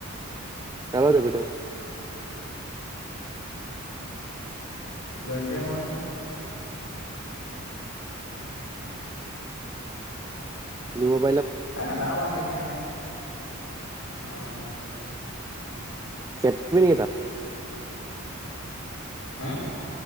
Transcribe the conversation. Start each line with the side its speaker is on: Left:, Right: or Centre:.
Right: কাৰ লগত যাবি তই?
Left: ললিতে, ম‌ইয়ে।
Right: নিব <unintelligible>
Left: এ নাযাও আও ঠিক নাই। অঁ!
Right: <unintelligible>
Left: হুম!